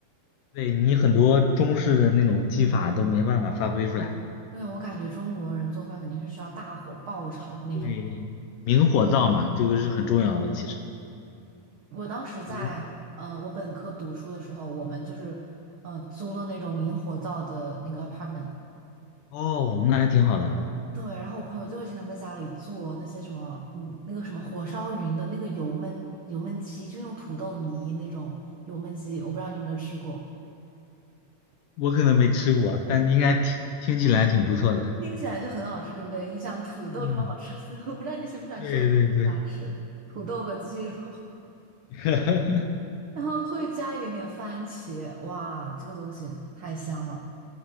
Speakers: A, on the left (about 75°); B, on the right (about 80°).
A: 对你很多中式的那种技法都没办法发挥出来，
B: 对，我感觉中国人做饭肯定是需要大火爆炒的那种。
A: 对，明火灶嘛，这个是很重要的，其实。
B: 我当时在呃，
A: 嗯
B: 我本科读书的时候，我们就是呃租了那种明火灶的那个 apartment。
A: 哦，那还挺好的。
B: 对，然后我朋友就会经常在家里做那些什么，嗯，那个什么火烧云的那个油焖油焖鸡，就用土豆泥那种油焖鸡，我不知道你有没有吃过，
A: 我可能没吃过，但应该听听起来挺不错的。
B: 听起来就很好吃，对不对？你想土豆这么好吃的
A: 嗯，
B: <laughs> 我不知道你喜不喜欢吃，
A: 对对对，
B: 我特别喜欢吃土豆和鸡肉，
A: <laughs>
B: <laughs> 然后会加一点点番茄，哇，这个东西太香了。